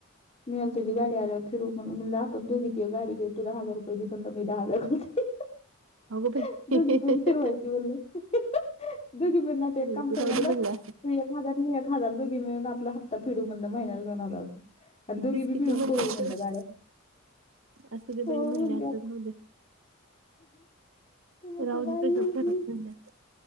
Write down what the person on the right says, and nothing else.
अगो बाई म्हणलं
की
राहू
दे असं
तीच
किती
असेल
असू दे
बाई म्हणले
असं राहू
दे
राहू
दे तुझ्याच घरात म्हणलं